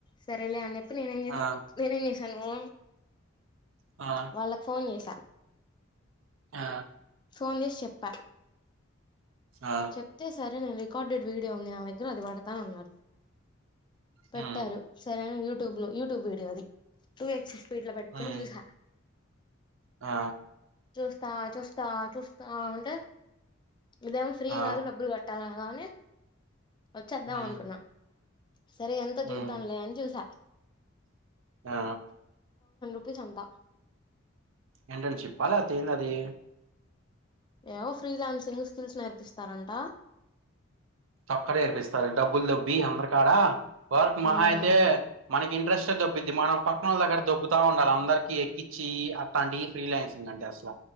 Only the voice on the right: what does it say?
ఆ
ఆ
ఆ
ఆ
హ్మ్
హ్మ్
ఆ
ఆ
హ్మ్
హ్మ్
ఆ
ఎంటర్ చ్చిప్పా లేకపోతే ఏంది అది
అక్కడే ఏర్పిస్తారు డబ్బులు దొబ్బి అందరకాడా వర్క్ మహ
అయితే మనకి ఇంట్రెస్టే దొబ్బిద్ది మనం పక్క వాల్ల దగ్గట్ట దొబ్బుతా ఉండాల అందరికీఎక్కి చి అట్లాంటి ఫ్రీలైన్స్ తిన్నంటి అస్సల